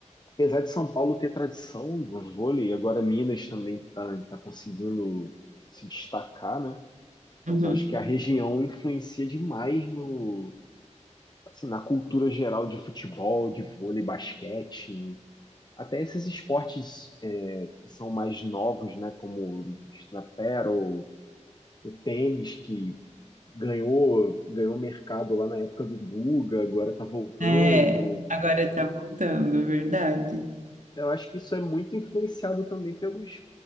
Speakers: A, on the left (about 35°); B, on the right (about 85°).
A: apesar de São Paulo ter tradição no vôlei, agora Minas também está tá conseguindo se destacar, né? Mas
B: Uhum.
A: eu acho que a região influencia demais no, assim, na cultura geral de futebol, de vôlei, basquete, até esses esportes é, que são mais novos, né? Como na paddle, o tênis que ganhou ganhou mercado lá na época do Guga, agora está voltando.
B: É, agora tá voltando, verdade.
A: Eu acho que isso é muito influenciado também pelos